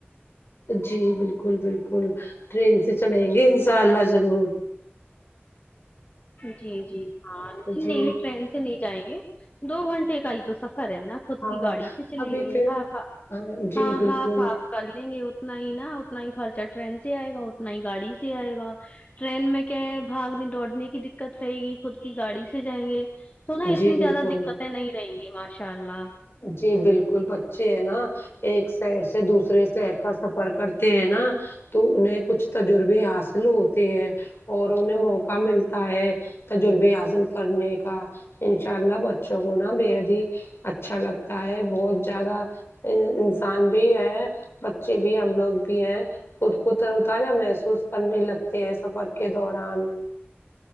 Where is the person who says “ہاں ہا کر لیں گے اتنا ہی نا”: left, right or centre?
Left